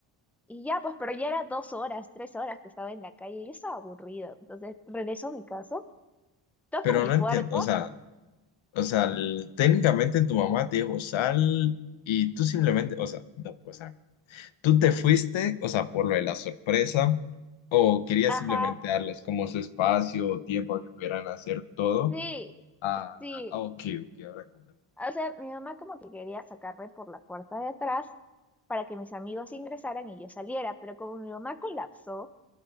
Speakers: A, in the centre; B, on the left.
A: Y ya, pues, pero ya era dos horas, tres horas que estaba en la calle y yo estaba aburrida. Entonces regreso a mi casa toco
B: Pero
A: mi
B: no
A: puerta
B: entiendo, o sea, o sea, el- técnicamente tu mamá te dijo sal y tú simplemente, o sea, no, pues, o sea, tú te fuiste, o sea, por lo de la sorpresa, o querías
A: Ajá,
B: simplemente darles como su espacio o tiempo a que pudieran hacer todo.
A: sí,
B: Ah,
A: sí.
B: ah, ok, ok, ahora comprendo.
A: O sea, mi mamá como que quería sacarme por la puerta de atrás para que mis amigos ingresaran y yo saliera, pero como mi mamá colapsó,